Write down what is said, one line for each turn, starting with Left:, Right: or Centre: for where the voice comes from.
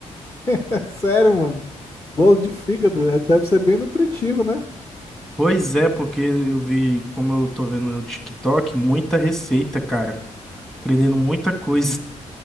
Left: <laughs> É sério, mano. Bolo de fígado. é- Deve ser bem nutritivo, né?
Centre: Pois é, porque eu vi, como eu tô vendo no TikTok, muita receita, cara. Aprendendo muita coisa.